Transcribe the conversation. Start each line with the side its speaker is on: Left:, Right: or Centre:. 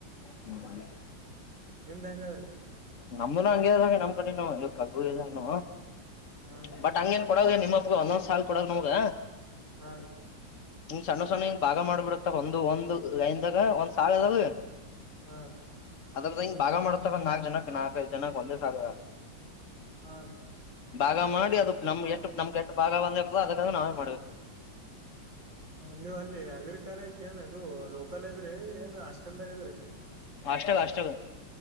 Left: ಹ್ಮ್
Right: ನಿಮ್ದ್ ಹೆಂಗಾದ್ರೀ
Left: ನಮ್ದನ ಹಂಗಗೆ ಹಾಗೆ ನಮ್ ಕಡೆನು ಇ ಕಗ್ಬು ಇದ್ದ
Right: ಹಾ
Left: ಬಟ್ ಹಂಗಗೆನ್ ಕೊಡಗೆ ನಿಮ್ಮಪ್ಪ ಒಂದೊಂದ್ ಸಾಲಲ್ ಕೊಡಾಗ ನಮಗ
Right: ಹಾ ರೀ
Left: ಹಂಗ ಸಣ್ಣ ಸಣ್ಣ ಹಿಂಗ ಭಾಗ ಮಾಡ್ಬಿಡತ್ತ ಒಂದು ಒಂದು ಲೈನದಾಗ ಒಂದ್ ಸಾಲ ಅದಾವ
Right: ಹ
Left: ಅದ್ರದ ಹಂಗ ಭಾಗ ಮಾಡ್ತಾವ ನಾಕ್ ಜನ ನಾಲ್ಕೈದು ಜನಕ್ಕೆ ಒಂದೇ ಸಾಗು
Right: ಹಾ
Left: ಭಾಗ ಮಾಡಿ ಅದು ನಮ್ ಎಟ್ಟು ನಮ್ಗೆ ಎಟ್ಟು ಭಾಗ ಬಂದ ಅದಕ್ಕಾದ ನಾವೇ ಮಾಡ್ಬೇಕು
Right: ಹ ನೀವ್ ಅಲ್ಲಿ ಅಗ್ರೀ ಕಾಲೇಜ ಏನು ಇದು ಲೋಕಲ್ ಇದ್ರಿ ಏನ್ ಹಾಸ್ಟೆಲ್ದಾಗ ಇದ್ರಿ
Left: ಅಷ್ಟಾಗ ಅಷ್ಟಾಗ